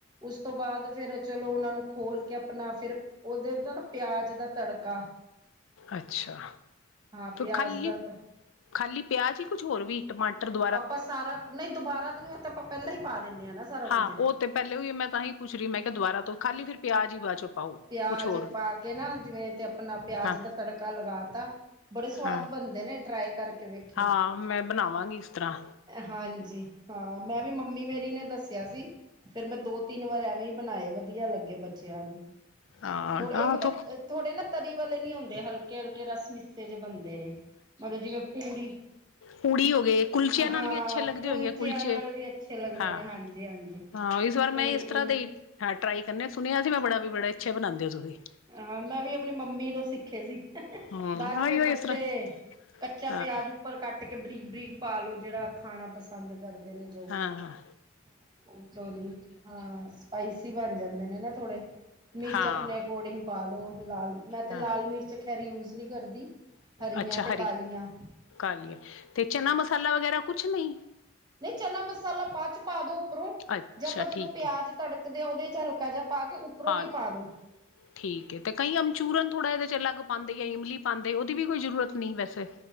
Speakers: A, on the right (about 20°); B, on the left (about 75°).
A: ਉਸ ਤੋ‌ ਬਾਦ ਫੇਰ ਚਲੋ ਉਨਾਂ ਨੂੰ ਖੋਲ ਕੇ ਆਪਨਾ ਫੇਰ ਓਦੇ ਤੋ‌ ਨਾ ਪਆਜ ਦਾ ਤੜਕਾ
B: ਅੱਛਾ‌
A: ਹਾਂ ਪਿਆਜ
B: ਖਾਲੀ,
A: ਦਾ ਤ
B: ਖਾਲੀ ਪਆਜ ਈ ਕੁਝ ਹੋਰ ਵੀ ਟਮਾਟਰ ਦ
A: ਆਪਾ ਸਾਰਾ ਨਈ ਦੁਬਾਰਾ ਤੋਂ ਨੀ ਓ ਤ ਆਪਾਂ ਪੈਲਾਂ ਈ ਪਾ ਦੇਨੇ ਆ ਨਾ ਸਾਰਾ ਕੁੱਝ
B: ਹਾਂ, ਓ ਤੇ ਪੈਲੇ ਓਯੋ ਮੈਂ ਤਾਂਹੀ ਪੁੱਛ ਰੀ ਮੈਂ ਕੇਆ ਦੁਬਾਰਾ ਤੋ ਖਾਲੀ ਫਿਰ ਪਿਆਜ ਈ ਬਾਚੋ ਪਾਓ।
A: ਪਆਜ
B: ਕੁਛ ਹੋਰ
A: ਪਾ ਕੇ ਨਾ ਜਿਵੇਂ, ਤੇ ਆਪਨਾ ਪਆਜ
B: ਹਾਂ
A: ਦਾ ਤੜਕਾ ਲਗਾ ਤਾ। ਬੜੇ ਸਵਾਦ
B: ਹਾਂ
A: ਬਨਦੇ ਨੇ, ਟਰਾਏ ਕਰਕੇ ਵੇਖਓ।
B: ਹਾਂ ਮੈਂ ਬਨਾਵਾਂਗੀ ਇਸ ਤਰਾਂ
A: ਹਾਂਜੀ, ਹਾਂ, ਮੈਂ ਵੀ ਮੰਮੀ ਮੇਰੀ ਨੇ ਦਸੇਆ ਸੀ। ਫੇਰ ਮੈਂ ਦੋ- ਤਿੰਨ ਵਾਰ ਐਵੇਂ ਈ ਬਨਾਏ ਵਦੀਆ ਲੱਗੇ ਬੱਚੇਆਂ ਨੂੰ।
B: ਹਾਂ
A: ਹੁਨ‌ ਏ ਮਤਲਬ
B: ਥੁੱਕ
A: ਥੋੜੇ ਨਾ ਤਰੀ ਵਾਲੇ ਨੀ ਹੁੰਦੇ ਹਲਕੇ- ਹਲਕੇ ਰਸ- ਮਿਸੇ ਬਨਦੇ ਨੇ, ਮਤਲਵ‌ ਜਿਵੇਂ ਪੂੜੀ
B: ਪੁੜੀ ਹੋਗੇ। ਕੁਲਚੇਆਂ ਨਾਲ
A: ਹਾਂ
B: ਵੀ ਅੱਛੇ ਲੱਗਦੇ
A: ਕੁਲਚਿਆਂ
B: ਹੋਏਗੇ ਕੁਲਚੇ।
A: ਨਾਲ ਵੀ ਅੱਛੇ ਲੱਗਦੇ
B: ਹਾਂ,
A: ਨੇ ਹਾਂਜੀ ਹਾਂਜੀ।
B: ਹਾਂ ਇਸ ਵਾਰ ਮੈਂ
A: ਪੂੜੀ
B: ਏਸ
A: ਕੁਲ
B: ਤਰਾਂ ਦੇ ਈ ਹਾਂ, ਟਰਾਈ ਕਰਨੇ ਸੁਨੇਆ ਸੀ ਮੈਂ ਬੜਾ ਵੀ ਬੜਾ ਅੱਛੇ ਬਨਾਂਦੇ ਓ ਤੁਸੀ।
A: ਹਾਂ ਮੈਂ ਵੀ ਆਪਨੀ ਮੰਮੀ ਤੋਂ ਸਿੱਖੇ ਸੀ।
B: ਹਮ
A: ਬਾਦ ਚੋ
B: ਆਈਓ
A: ਫੇਰ ਬੱਚੇ
B: ਇਸ ਤਰ੍ਹਾਂ
A: ਕੱਚਾ
B: ਹਾਂ
A: ਪਆਜ, ਉੱਪਰ ਕੱਟ ਕੇ, ਬਰੀਕ, ਬਰੀਕ ਪਾਲੋ। ਜੇੜਾ ਖਾਣਾ ਪਸਾੰਦ ਕਰਦੇ ਨੇ। ਜੋ।
B: ਹਾਂ- ਹਾਂ।
A: <unintelligible> ਹਾਂ, ਸਪਾਈਸੀ ਬਨ ਜਾਂਦੇ ਨੇ, ਨਾ ਥੋੜੇ, ਮਿਰਚ
B: ਹਾਂ
A: ਆਪਨੇ। ਕੋਡਿੰਗ ਪਾ ਲੋ। ਲਾਲ ਮੈਂ ਤੇ
B: ਹਾਂ
A: ਲਾਲ ਮਿਰਚ ਖੈਰ ਯੂਜ ਨੀ ਕਰਦੀ। ਹਰੀਆਂ
B: ਅੱਛਾ ਹਰੀ,
A: ਤੇ ਕਾਲੀਆਂ
B: ਕਰ ਲੀਏ। ਤੇ ਚਨਾ ਮਸਾਲਾ ਵਗੈਰਾ ਕੁਛ ਨੀ।
A: ਨੀ ਚਨਾ ਮਸਾਲਾ ਬਾਦ ਚ' ਪਾ ਦੋ ਉੱਪਰੋਂ,
B: ਅੱਛਾ
A: ਜੇ ਆਪਾਂ ਜਦੋਂ
B: ਠੀਕ
A: ਪਆਜ
B: ਹੈ
A: ਤੜਕਦੇ ਆ ਓਦੇ ਚ ਹਲਕਾ ਜਾ ਪਾਕੇ ਉੱਪਰੋਂ
B: ਪਾਲ
A: ਵੀ ਪਾ ਦੋ।
B: ਠੀਕ ਏ, ਤੇ ਕਈ ਅਮਚੂਰਨ ਥੋੜਾ ਏਦੇ ਚ' ਅਲੱਗ ਪਾਂਦੇ, ਯਾ ਇਮਲੀ ਪਾਂਦੇ, ਓਦੀ ਵੀ ਕੋਈ ਜ਼ਰੂਰਤ ਨੀ ਵੈਸੇ।